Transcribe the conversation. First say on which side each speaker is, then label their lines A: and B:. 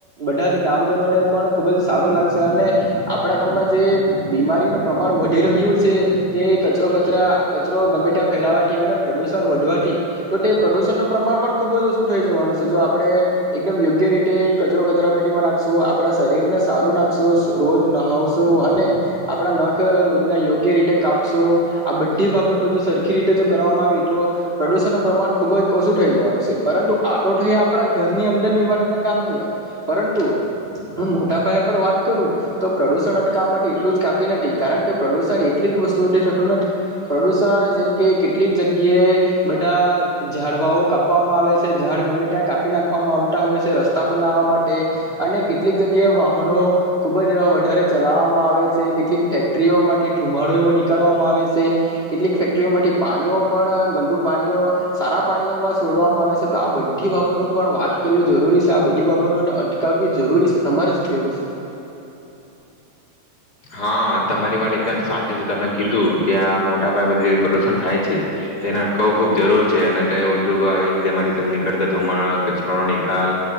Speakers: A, on the right (about 70°); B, on the left (about 30°).
A: બધા જ ગામજનોને પણ ખૂબ જ સારું લાગશે અને આપણા ગામમાં જે બીમારીનું પ્રમાણ વધી રહ્યું છે કે કચરો કચરા કચરો ગમે ત્યાં ફેલાવવાથી અને પ્રદુષણ વધવાથી તો તે પ્રદુષણનું પ્રમાણ પણ ખૂબ જ ઓછું થઈ જવાનું છે. જો આપણે એકદમ યોગ્ય રીતે કચરો કચરા પેટીમાં નાખશું, આપણા શરીરને સારું નાખશું, રોજ નહાવશું અને આપણા નખ રોજને યોગ્ય રીતે કાપશું. આ બધી બાબતો જો સરખી રીતે જો કરવામાં આવી તો પ્રદુષણનું પ્રમાણ ખૂબ જ ઓછું થઈ જવાનું છે. પરંતુ આટો થઈ આપણા ઘરની અંદર ની વાત અને ગામની વાત પરંતુ હું મોટા પાયા પર વાત કરું તો પ્રદુષણ અટકાવવા માટે એટલું જ કાફી નથી. કારણ કે પ્રદુષણ એટલીક વસ્તુઓથી થતું નથી પ્રદુષણ જેમ કે કેટલીક જગ્યાએ બધા ઝાડવાઓ કાપવામાં આવે છ છે, ઝાડ ગમે ત્યાં કાપી નાખવામાં આવતા હોય છે રસ્તા બનાવવા માટે અને કેટલીક જગ્યાએ વાહનો ખુબ જ એવા વધારે ચલાવવામાં આવે છે, કેટલીક ફેક્ટરીઓમાંથી ધુમાડો એવો નીકળવામાં આવે છે, કેટલીક ફેક્ટરીઓમાંથી પાણીઓ પણ ગંડુ પાણીઓ સારા પાણીઓમાં સોડવામાં આવે છ છે તો આ બધી બાબતો પણ વાત કરવી જરૂરી છે. આ બધી બાબતોને અટકાવવી જરૂરી છે તમારે શું કેવું છે?
B: હા તમારી વાત એકદમ સાચી છે. તમે કીધું કે આ મોટા પાયેમાં જે પ્રદૂષણ થાય છે તેને અટકાવવું ખૂબ જરૂર છે અને તે ઉદ્યોગો આવે જેમાંથી નીકળતા ધુમાડા કચરોનો નિકાલ